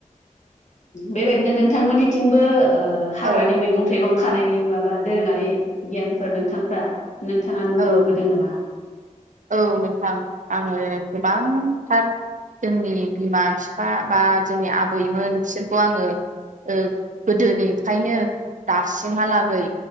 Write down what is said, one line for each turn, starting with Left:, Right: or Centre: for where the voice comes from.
Left: बेबायदिनो नोंथांमोननिथिंबो ओ हाग्रानि
Right: औ
Left: मैगं थाइगं खानायनि माबा दोरोङारि गियानफोर नोंथांफ्रा नोंथाङा नुनो
Right: औ
Left: मोनबोदों नामा
Right: औ नोंथां। आङो गोबांथार जोंनि बिमा फिफा बा जोंनि आबैमोन बिसोरखौ आङो ओ गोदोनिफ्रायनो दासिमहालागै